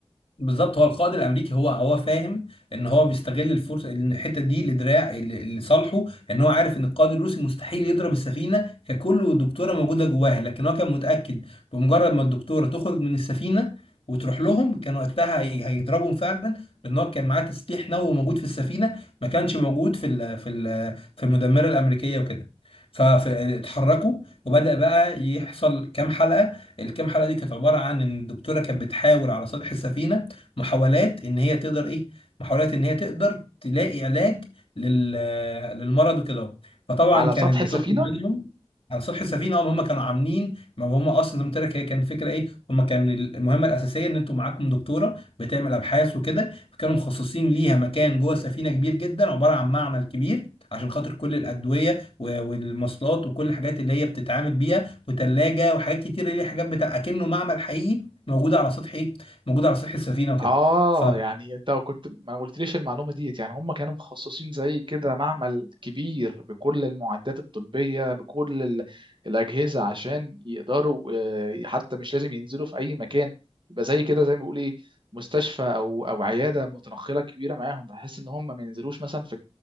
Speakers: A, on the left (about 60°); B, on the right (about 50°).
A: بالظبط هو القائد الامريكي هو هو فاهم ان هو بيستغل الفرصه إن الحته دي لدراع ل- لصالحه ان هو عارف ان القائد الروسي مستحيل يضرب السفينه ككل والدكتوره موجوده جواها لكن هو كان متاكد بمجرد ما الدكتوره تخرج من السفينه وتروح لهم كان وقتها هي- هيضربهم فعلا لان هو كان معاه تسليح نووي موجود في السفينه ما كانش موجود في ال في ال في المدمره الامريكيه وكده فاتحركوا وبدأ بقى يحصل كام حلقة الكام حلقة دي كانت عبارة عن ان الدكتورة كانت بتحاول على سطح السفينة محاولات ان هي تقدر ايه محاولات ان هي تقدر تلاقي علاج لل للمرض وكده فطبعا
B: على
A: كانت
B: سطح السفينه
A: بتطلب منهم على سطح السفينه هم هم كانوا عاملين ما هم اصلا زي ما قلت لك هي كان فكره ايه هم كان المهمه الاساسيه ان انتوا معاكم دكتوره بتعمل ابحاث وكده فكانوا مخصصين ليها مكان جوه السفينه كبير جدا عباره عن معمل كبير عشان خاطر كل الادويه و- والمصلات وكل الحاجات اللي هي بتتعامل بيها وتلاجه وحاجات كتير اللي هي حاجات بتاع اكنه معمل حقيقي موجوده على سطح ايه موجوده على سطح السفينه وكده
B: اه
A: ف
B: يعني انت كنت ما قلتليش المعلومه ديت يعني هم كانوا مخصصين زي كده معمل كبير بكل المعدات الطبيه بكل ال- الاجهزه عشان يقدروا آه، حتى مش لازم ينزلوا في اي مكان يبقى زي كده زي ما بيقول ايه مستشفى او او عياده متنقله كبيره معاهم بحيث ان هم ما ينزلوش مثلا في